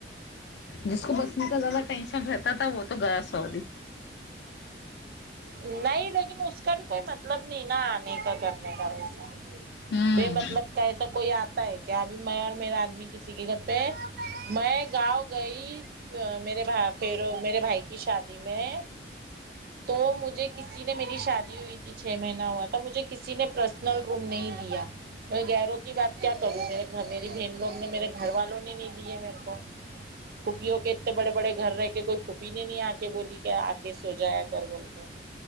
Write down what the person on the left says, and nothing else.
جس کو بسنے کا زیادہ ٹینشن رہتا تھا وہ تو گیا سوودی
ہوں